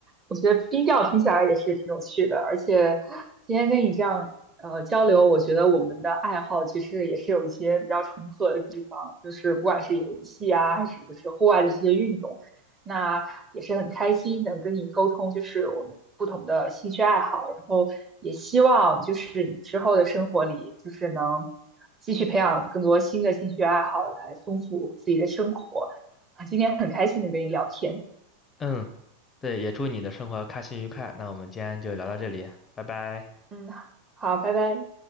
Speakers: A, on the right; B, on the left.
A: 我觉得冰钓听起来也是挺有趣的，而且今天跟你这样呃交流，我觉得我们的爱好其实也是有一些比较重合的地方，就是不管是游戏啊，还是就是户外的这些运动，那也是很开心能跟你沟通，就是我们不同的兴趣爱好，然后也希望就是你之后的生活里，就是能继续培养更多新的兴趣爱好，来丰富自己的生活啊。今天很开心能跟你聊天。
B: 嗯，对，也祝你的生活开心愉快。那我们今天就聊到这里，拜拜。
A: 嗯，好，拜拜。